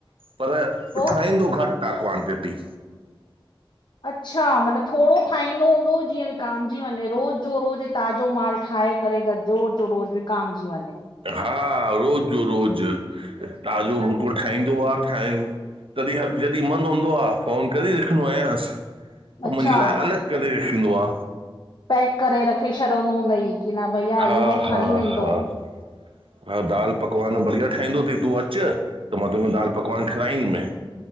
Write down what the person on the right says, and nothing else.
पर
ठहींदो घटि आ क्वांटिटी।
हा रोॼ ॼो रोॼ ताॼो बिल्कुलु ठाहींदो आ ठाहि तॾी हर जॾी मन हूंदो आ, फोनु करे रखींदो आहियांसि। हो
मुंजे लाए, अलॻि करे रखींदो आ।
हा
हा
<inaudible> हा दालि पकवान बढ़िया ठाहींदो तई, तूं अच त मां तोखे दालि पकवान खिलाईंदीम।